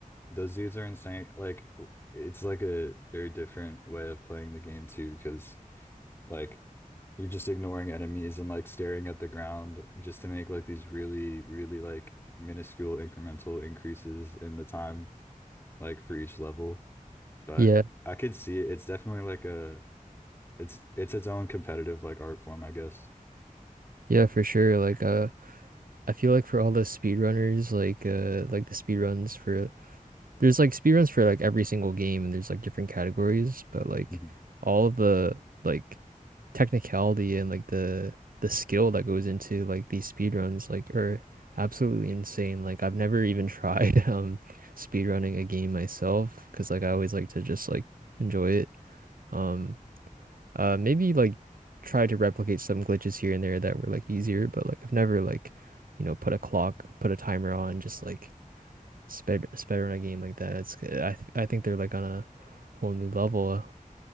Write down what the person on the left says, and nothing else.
Those dudes are insane. Like w- it's like a very different way of playing the game too, because like you're just ignoring enemies and like staring at the ground just to make like these really, really like minuscule incremental increases in the time like for each level. But
I could see it. It's definitely like a it's it's its own competitive like art form, I guess.
Mhm.